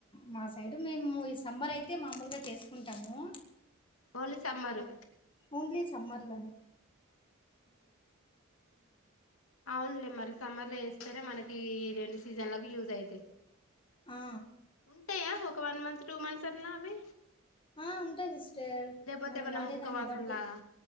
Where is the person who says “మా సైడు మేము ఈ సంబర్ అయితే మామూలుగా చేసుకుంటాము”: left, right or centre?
Left